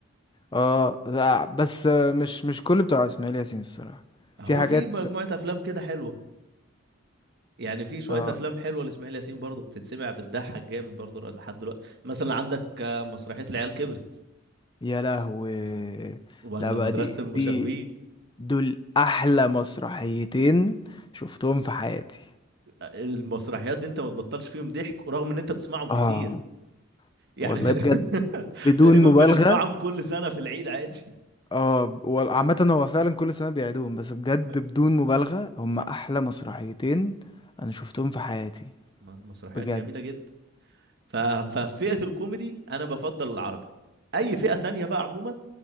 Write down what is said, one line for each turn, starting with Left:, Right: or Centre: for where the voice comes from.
Left: اه لا بس آه، مش مش كل بتوع اسماعيل ياسين الصراحه
Right: هو
Left: في حاجات
Right: في مجموعه افلام كده حلوه يعني في شويه
Left: اه
Right: افلام حلوه لاسماعيل ياسين برضه بتتسمع بتضحك جامد برضه لحد دلوقتي مثلا عندك آه، مسرحيه العيال كبرت
Left: يا لهوي
Right: ولا
Left: لا بقى
Right: مدرسه
Left: دي
Right: المشاغبين
Left: دي دول احلى مسرحيتين شفتهم في حياتي
Right: آه، المسرحيات دي انت ما تبطلش فيهم ضحك ورغم ان انت بتسمعهم كتير
Left: اه
Right: يعني
Left: والله
Right: <laughs>
Left: بجد بدون
Right: تقريبا
Left: مبالغه
Right: بنسمعهم كل سنه في العيد عادي
Left: اه وال- عامه هو فعلا كل سنه بيعيدوهم بس بجد
Right: طيب،
Left: بدون مبالغه هم احلى مسرحيتين انا شفتهم في حياتي
Right: م- مسرحيات
Left: بجد
Right: جميله جدا ف- ففئه الكوميدي انا بفضل العربي اي فئه تانية بقى عموما